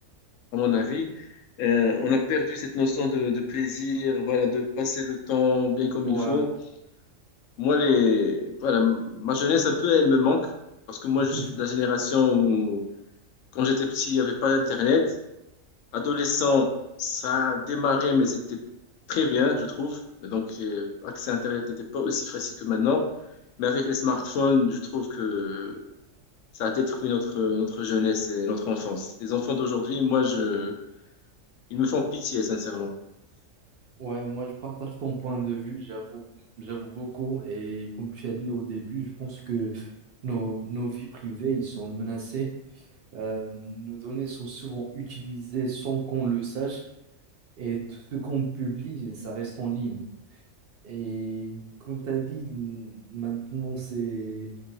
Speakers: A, on the left (about 75°); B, on the right (about 55°).
A: à mon avis. Euh, on a perdu cette notion de, de plaisir, voilà, de passer le temps bien comme
B: ouais.
A: il faut. Moi, les, voilà, ma jeunesse, un peu, elle me manque parce que moi,
B: <laughs>
A: je suis de la génération où, quand j'étais petit, il n'y avait pas Internet. Adolescent, ça a démarré, mais c'était très bien, je trouve. Et donc, euh, accès à Internet n'était pas aussi facile que maintenant. Mais avec les smartphones, je trouve que ça a détruit notre, notre jeunesse et notre enfance. Les enfants d'aujourd'hui, moi, je, ils me font pitié, sincèrement.
B: Ouais, moi je partage ton point de vue, j'avoue, j'avoue beaucoup. Et comme tu as dit au début, je pense que nos, nos vies privées, ils sont menacés. Euh, nos données sont souvent utilisées sans qu'on le sache. Et tout ce qu'on publie, ça reste en ligne. Et comme tu as dit, maintenant c'est...